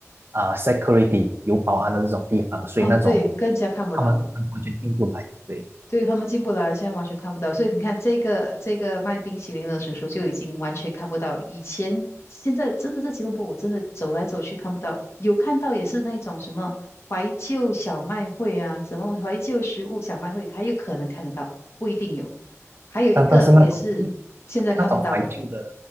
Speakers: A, on the right (about 50°); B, on the left (about 55°).
A: 啊、呃 security 有保安的这种地方，所以那种
B: 哦，对，更加看不到了。
A: 他们完完全进不来，对，
B: 对他们进不了，现在完全看不到。所以你看，这个这个卖冰淇淋的叔叔就已经完全看不到。以前现在真的在吉隆坡，我真的走来走去看不到，有看到也是那种什么怀旧小卖会啊，什么怀旧食物小卖会，还有可能看得到，不一定有。还有一个也是现在看不到的，
A: 但但是那种那种怀旧的